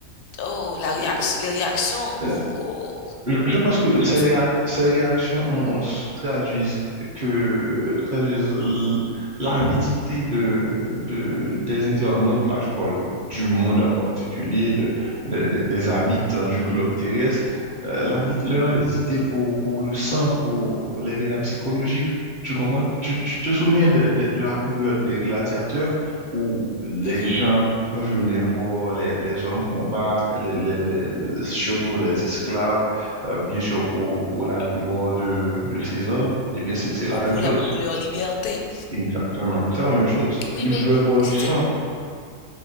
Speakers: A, on the left; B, on the right.
A: oh, la réaction,
B: Euh,
A: les réactions, mon,
B: euh,
A: oh,
B: Je je pense que ces,
A: on fait,
B: réac- ces réactions on, on s- traduisent que traduisent l- l'avidité de, de des internautes, là je parle du monde en particulier, de, de- de- des habitants du globe terrestre, euh, l'avi- leur avidité pour, pour le sang, pour les drames psychologiques, tu comprends? Tu, tu te souviens de, de- de la période des gladiateurs où les
A: Mhm.
B: gens venaient voir les, les hommes combattre, les, les- les- surtout les esclaves euh, bien sûr pour, pour la gloire de, de César, eh bien c'est c'est la
A: ou
B: même
A: pour
B: chose.
A: la, ou pour leur liberté.
B: Exactement, c'est la même chose.
A: Oui,
B: Ils
A: mais
B: veulent voir du
A: c'était,
B: sang.